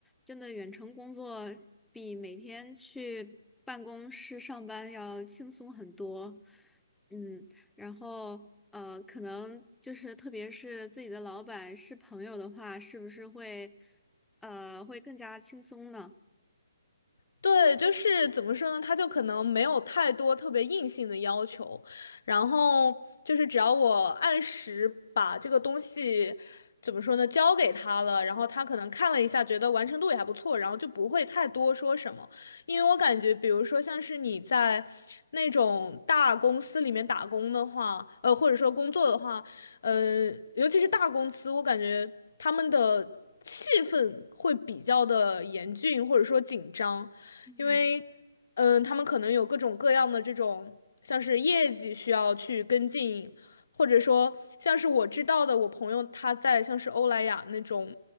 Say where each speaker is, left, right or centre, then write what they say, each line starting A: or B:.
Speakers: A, in the centre; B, on the left.
A: 真的远程工作比每天去办公室上班要轻松很多。嗯，然后呃，可能就是特别是自己的老板是朋友的话，是不是会呃会更加轻松呢？
B: 对，就是怎么说呢？他就可能没有太多特别硬性的要求，然后就是只要我按时把这个东西怎么说呢，交给他了，然后他可能看了一下，觉得完成度也还不错，然后就不会太多说什么。因为我感觉，比如说像是你在那种大公司里面打工的话，呃，或者说工作的话，呃，尤其是大公司，我感觉他们的气氛会比较的严峻，或者说紧张。
A: 嗯
B: 因为嗯、呃他们可能有各种各样的这种像是业绩需要去跟进，或者说像是我知道的，我朋友他在像是欧莱雅那种，